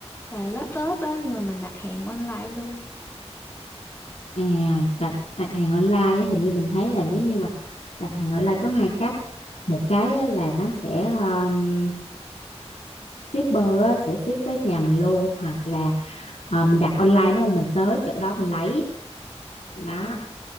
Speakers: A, on the left; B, on the left.
A: là laptop á nhưng mà mình đặt hàng online luôn
B: à đặt đặt hàng online á, hình như mình thấy là nếu như mà đặt hàng online có hai cách một cái á, là nó sẽ um, shipper á, sẽ ship tới nhà mình luôn hoặc là Ờ, mình đặt online đúng không mình tới chỗ đó mình lấy đó
A: Ừ.